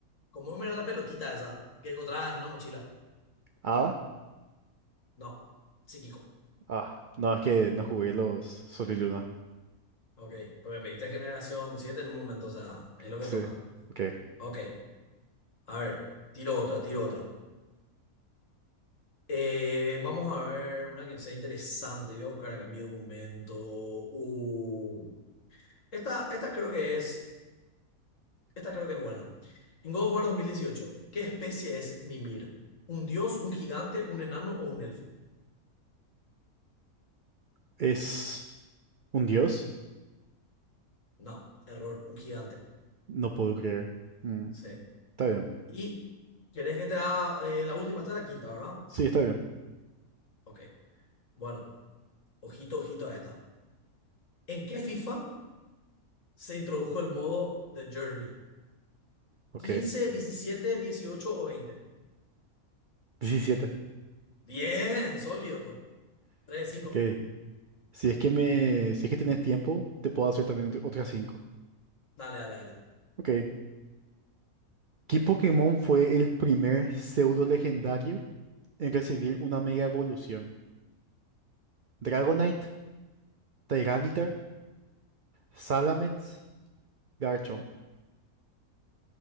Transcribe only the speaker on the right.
Ah.
Ah. No, es que no jugué los Sol y Luna.
Sí.
Ok.
¿Es un dios?
No puedo creer. Mm,
está bien.
Sí, está bien.
Ok.
Diecisiete.
Ok. Si es que me. Si es que tenés tiempo, te puedo hacer también ot- otras 5.
Ok. ¿Qué Pokémon fue el primer pseudo legendario en recibir una mega evolución? Dragonite, Tyranitar, Salamence, Garchomp.